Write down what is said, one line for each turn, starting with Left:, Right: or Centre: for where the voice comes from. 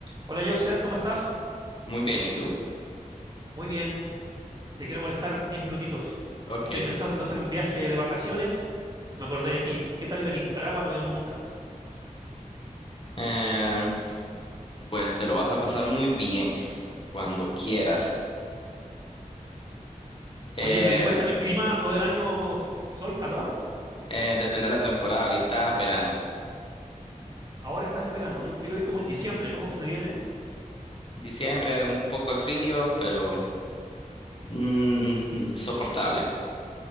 Right: Hola Joxer, ¿cómo estás?
Left: Muy bien, ¿y tú?
Right: Muy bien, te quiero molestar 10 minutitos.
Left: Ok.
Right: Estoy pensando hacer un viaje de vacaciones y me acordé de ti. ¿Qué tal ir a Nicaragua? No he ido nunca.
Left: Eh, pues te lo vas a pasar muy bien cuando quieras.
Right: Oye,
Left: Eh,
Right: pero y cuéntame, clima todo el año, s- sol, calor.
Left: eh, depende de la temporada, ahorita verano.
Right: Ahora estás en verano, yo quiero ir como en diciembre, ¿cómo se me viene?
Left: Diciembre, un poco de frío, pero mm, soportable.